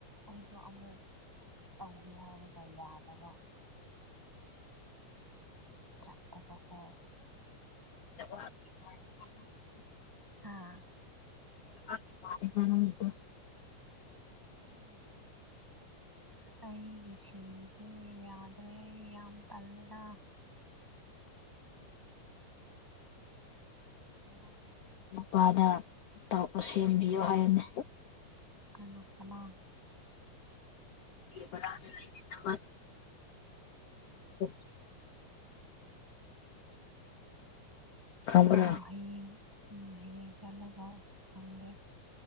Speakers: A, in the centre; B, on the left.
A: ꯑꯩꯗꯣ ꯑꯃꯨꯛ ꯇꯧꯒꯦ ꯍꯥꯏꯔꯒ ꯌꯥꯗꯕ ꯆꯠꯇꯕꯀꯣ
B: <unintelligible>
A: ꯍꯥꯥ
B: <unintelligible> <inaudible>
A: ꯎꯝ ꯑꯁ ꯑꯩꯒꯤ ꯁꯤꯝꯁꯦ ꯌꯥꯗ꯭ꯔꯦ ꯑꯩ ꯌꯥꯝ ꯇꯜꯂꯦꯗ ꯐꯦꯔꯥ
B: ꯅꯨꯄꯥꯗ ꯇꯧ ꯁꯦꯝꯕꯤꯌꯣ ꯍꯥꯏꯌꯣꯅꯦ
A: ꯀꯅꯥ ꯀꯅꯥ
B: ꯕꯔꯥꯗ ꯂꯩꯃꯤꯟꯅꯕ <unintelligible> ꯈꯪꯕ꯭ꯔꯥ
A: ꯑ ꯍꯌꯦꯡ ꯎꯝ ꯍꯌꯦꯡ ꯆꯠꯂꯒ ꯍꯪꯒꯦ